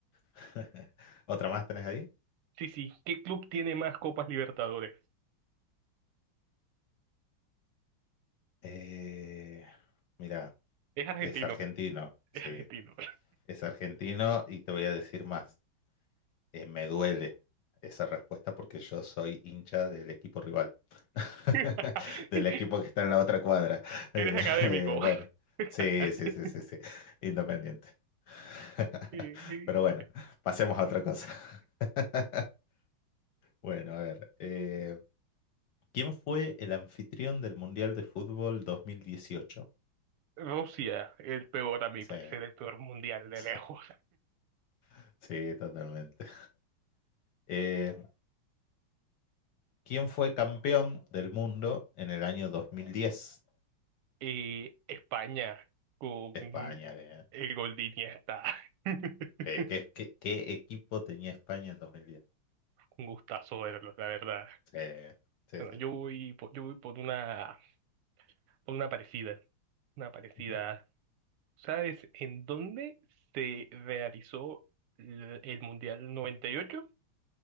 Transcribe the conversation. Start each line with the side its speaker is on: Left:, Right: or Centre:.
Left: <laughs> ¿Otra más tenés ahí?
Right: Sí, sí, ¿qué club tiene más Copas Libertadores?
Left: Eh, mira,
Right: Es argentino,
Left: es argentino,
Right: es
Left: sí.
Right: argentino.
Left: Es argentino y te voy a decir más. Eh, me duele esa respuesta porque yo soy hincha del equipo rival, <laughs>
Right: <laughs>
Left: del equipo que está en la otra cuadra. Eh,
Right: Eres académico.
Left: <laughs> eh, bueno,
Right: <laughs>
Left: sí, sí, sí, sí, sí. Independiente. <laughs>
Right: Sí.
Left: Pero bueno, pasemos a otra cosa. <laughs> Bueno, a ver. eh, ¿quién fue el anfitrión del Mundial de Fútbol 2018?
Right: Rusia, el peor, a mi
Left: Sí,
Right: parecer, el peor mundial de
Left: sí,
Right: lejos.
Left: <laughs> sí, totalmente. Eh, ¿quién fue campeón del mundo en el año 2010?
Right: Y España con
Left: España, bien.
Right: el gol de Iniesta. <laughs>
Left: Eh, ¿Qué, qué- qué equipo tenía España en 2010?
Right: Un gustazo verlos, la verdad.
Left: Sí, sí,
Right: Bueno,
Left: sí.
Right: yo voy por, yo voy por una, por una parecida, una parecida.
Left: Ujú.
Right: ¿Sabes en dónde se realizó el, el Mundial 98?